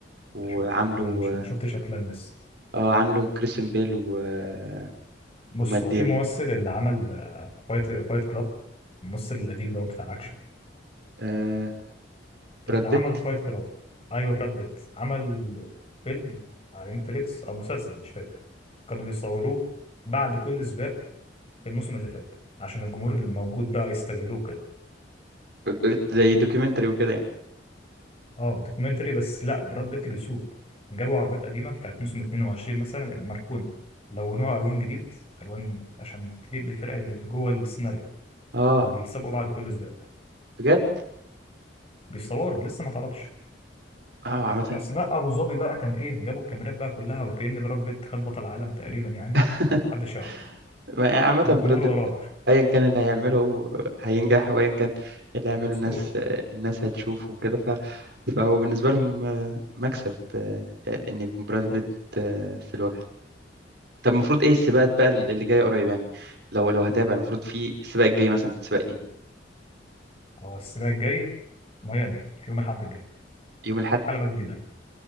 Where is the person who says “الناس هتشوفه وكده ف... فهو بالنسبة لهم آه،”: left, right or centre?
Right